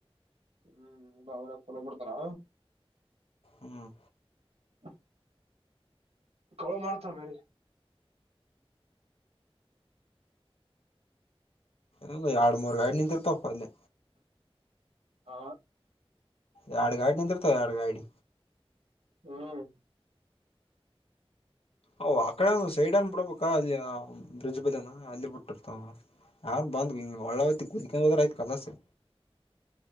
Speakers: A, on the right; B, on the left.
A: ಹ್ಮ್ ಬ ಅವರ ಕುಲಬಿಡ್ತಾರಾ
B: ಹ್ಮ್
A: <unintelligible> ಕಳ ಮಾಡ್ತಾರ ಮೇರಿ
B: ಇಲ್ಲ ಎರಡ್ ಮೂರು ಗಾಡಿ ನಿಂತಿರ್ತಪ್ಪ ಅದೆ
A: ಆ
B: ಎರಡು ಗಾಡಿ ನಿಂತ್ರತ ಎರಡ ಗಾಡಿ
A: ಹ್ಮ್
B: ಅ ಆಕಡೆ ಸೈಡ್ ಅನ್ ಬಿಡಬೇಕ ಅಲ್ಲಿ ಬ್ರಿಡ್ಜ್ ಬದನಾ ಅಲ್ಲಿ ಬಿಟ್ಟಿರ್ತಾವ ಯಾರ ಬಂದ್ ಹ ಒಳ್ಳಯ್ತಿ ಕುದಕೊಂಡ ಹದ್ರ ಆಯ್ತ್ ಕಲಾಸೆ.